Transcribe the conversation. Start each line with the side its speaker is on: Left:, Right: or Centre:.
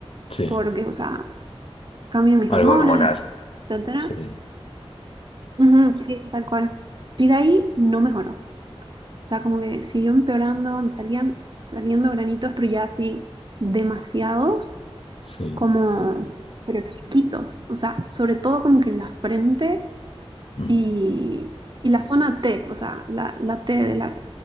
Left: sí.
Right: porque, o sea, cambian mis
Left: Algo
Right: hormonas,
Left: hormonal.
Right: etcétera.
Left: Sí,
Right: Ujú, sí, tal cual. Y de ahí no mejoró. O sea, como que siguió empeorando, me salían saliendo granitos, pero ya así demasiados,
Left: sí,
Right: como, pero chiquitos. O sea, sobre todo como que en la frente
Left: mm,
Right: y, y la zona T, o sea, la, la T de la,